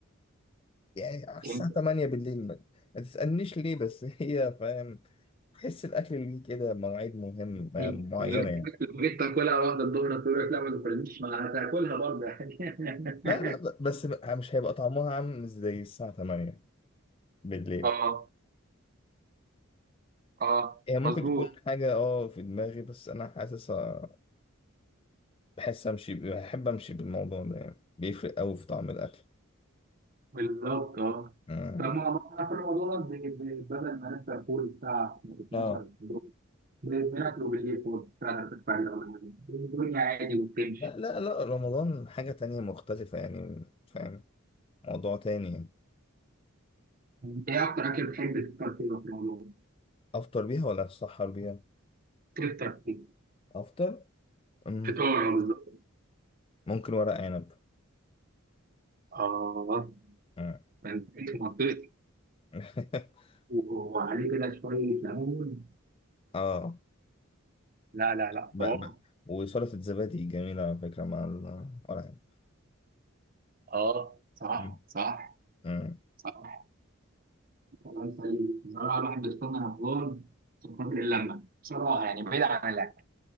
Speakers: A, on the left (about 25°); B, on the right (about 40°).
A: يعني على الساعه
B: أنت
A: 8 بالليل ما ما تسالنيش ليه بس <laughs> هي فاهم تحس الاكل ليه كده مواعيد مهم
B: أكيد.
A: معينه
B: لو جيت
A: يعني
B: لو جيت تاكلها واحدة الظهر تقول لك لا ما تاكلنيش ما هتاكلها برضه يعني <laughs>
A: لا لا ب- بس مش هيبقى طعمها عامل زي الساعه 8 بالليل
B: اه اه
A: هي ممكن
B: مظبوط
A: مم. تكون حاجه اه في دماغي بس انا حاسسها بحس امشي بحب امشي بالموضوع ده يعني بيفرق قوي في طعم الاكل
B: بالظبط اه
A: مم.
B: طب ما هو احنا في رمضان ب- ب- بدل ما نفطر فول الساعة 12
A: اه
B: بالليل ب- بناكله بالليل فول الساعة 3 الفجر ولا حاجة الدنيا عادي وبتمشي
A: لا لا لا رمضان حاجة تانية مختلفة يعني فاهم موضوع تاني يعني
B: انت ايه اكتر اكل بتحب تفطر فيه في رمضان؟
A: أفطر بيها ولا أتسحر بيها
B: تفطر فيه
A: أفطر أم،
B: فطار بالظبط
A: ممكن ورق عنب
B: آه
A: أم.
B: انت في منطقتي
A: <laughs>
B: وعليه كده شويه ليمون
A: آه
B: لا لا لا
A: ب...
B: طبعا
A: ب... وسلطة الزبادي جميلة على فكرة مع ال- ورق عنب
B: اه صح
A: أم،
B: صح
A: أم،
B: صح كلام سليم بصراحه الواحد بيستنى رمضان عشان خاطر اللمه بصراحه يعني بعيد عن الاكل